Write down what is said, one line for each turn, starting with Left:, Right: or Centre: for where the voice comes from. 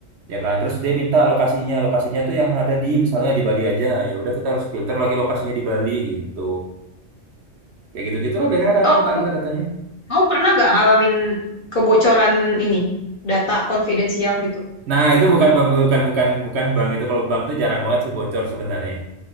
Right: Ya kan, terus dia minta lokasinya, lokasinya tuh yang ada di misalnya di Bali aja. Ya udah kita harus filter lagi lokasinya di Bali gitu. Kayak gitu-gitulah biasanya kadang-kadang
Left: Oh,
Right: minta
Left: kamu
Right: minta datanya.
Left: kamu pernah nggak ngalamin kebocoran ini data konfidensial gitu?
Right: Nah, itu bukan pem- bukan bukan bukan bank itu. Kalau bank tuh jarang banget sih bocor sebenarnya.